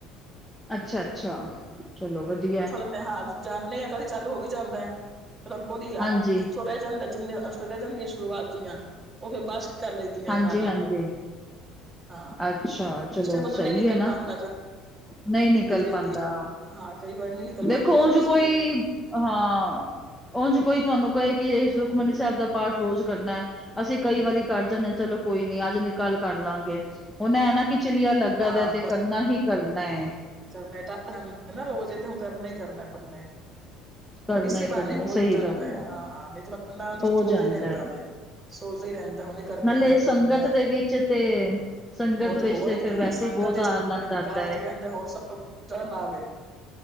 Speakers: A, in the centre; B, on the right.
A: ਅੱਛਾ ਅੱਛਾ, ਚਲੋ ਵਧੀਐ।
B: ਮੈਂ ਹਾਲ ਜਾਂਣੇ ਆ ਕਦੀ ਚਾਲੂ ਹੋ ਵੀ ਜਾਂਦੈ। ਫੇਰ ਅਗੋਂ ਦੀ ਆ।
A: ਹਾਂਜੀ
B: ਥੋਂ ਰੈਹ ਜਾਂਦੈ ਜਿੰਨੇ ਅਸ਼ਟਪਦੀਆ ਰੈ ਜਾਂਦੀਐਂ ਸ਼ੁਰੂਆਤ ਦੀਆਂ, ਓਹ ਫੇਰ ਬੱਸ ਕਰ ਲਈਦੀਐਂ
A: ਹਾਂਜੀ
B: ਘਰ ਆ
A: ਹਾਂਜੀ
B: ਕੇ। ਹਾਂ
A: ਅੱਛਾ, ਚਲੋ
B: ਇਸ ਟਾਈਮ ਪਤਾ
A: ਸਹੀ
B: ਨਹੀਂ ਨਿਕਲ
A: ਏ ਨਾ।
B: ਪਾਉਂਦਾ
A: ਨਹੀਂ ਨਿਕਲ
B: ਜਲਦੀ ਜਲਦੀ
A: ਪਾੰਦਾ।
B: ਹਾਂ ਕਈ ਵਾਰ ਨਹੀਂ ਨਿਕਲ
A: ਦੇਖੋ
B: ਪਾਉਂਦੇ ਤੇ
A: ਓੰਝ
B: ਵੈਸੇ
A: ਕੋਈ
B: ਤੇ ਹਾਂ
A: ਅ ਹਾਂ। ਓੰਝ ਕੋਈ ਤੁਆਨੂੰ ਕਏ ਕਿ ਸੁਖਮਨੀ ਸੈਬ ਦਾ ਪਾਠ ਰੋਜ਼ ਕਰਨੈ, ਅਸੀਂ ਕਈ ਵਾਰੀ ਕਰ ਜਣੈ ਚਲੋ ਕੋਈ ਨੀ ਅੱਜ ਨੀ ਕਲ ਕਰ ਲਾਂਗੇ। ਹੋਣ ਐਹ ਨਾ ਕਿ ਚਲੀਆ ਲੱਗਾ
B: ਹਾਂ
A: ਦਾ ਤੇ ਕਰਨਾ ਹੀ ਕਰਨਾ ਐ।
B: ਬਸ ਕਰਨਾ ਤੇ ਓਹ ਕਰਨਾ ਹੀ ਕਰਨਾ ਬੰਦੇ ਨੇ।
A: ਕਰਨਾ
B: ਹੋਰ ਇਸੇ
A: ਹੀ ਕਰਨਾ
B: ਬਾਨੇ ਹੋ
A: ਸਹੀ
B: ਜਾਂਦਾ
A: ਗੱਲ
B: ਹੈ, ਹਾਂ, ਹਾਂ ਨਹੀਂ
A: ਹੋ
B: ਸੋਚਦੇ
A: ਜਾਂਦਾ
B: ਰਹਿੰਦਾ
A: ਹੈ
B: ਵੇ। ਸੋਚਦਾ ਹੀ ਰਹਿੰਦਾ ਹੁੰਨੇ ਕਰਨੇਿਆ
A: ਨਾਲੇ
B: ਹੁੰਨੇ
A: ਸੰਗਤ
B: ਕਰਨੇ ਆ
A: ਦੇ ਵਿੱਚ ਤੇ ਸੰਗਤ
B: ਉਹ
A: ਵਿੱਚ
B: ਤੇ ਹੋ ਹੀ
A: ਫਿਰ
B: ਹਾਂ
A: ਵੈਸੇ
B: ਸੰਗਤ
A: ਹੀ ਬਹੁਤ
B: ਇਹ
A: ਆਨੰਦ
B: ਚ ਮਿਲ ਜਾ
A: ਆਉਂਦਾ
B: ਕਾਰ
A: ਹੈ
B: ਤੇ ਕਹਿੰਦੇ, ਹੋਰ ਸਭ ਤੋਂ ਜ਼ਿਆਦਾ ਲਾਭ ਐ।